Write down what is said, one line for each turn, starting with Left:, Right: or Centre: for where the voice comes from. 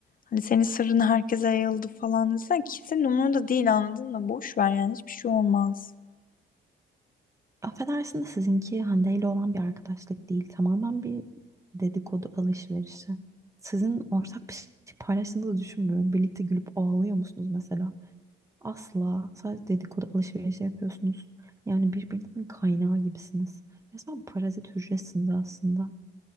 Left: Hani senin sırrın herkese yayıldı falan desen kimsenin umurunda değil anladın mı? Boş ver yani hiçbir şey olmaz.
Right: Affedersin de sizinki Hande ile olan bir arkadaşlık değil. Tamamen bir dedikodu alışverişi. Sizin ortak bir şey paylaştığınızı düşünmüyorum. Birlikte gülüp ağlıyor musunuz mesela? Asla. Sadece dedikodu alışverişi yapıyorsunuz. Yani birbirinizin kaynağı gibisiniz. Resmen parazit hücresiniz aslında.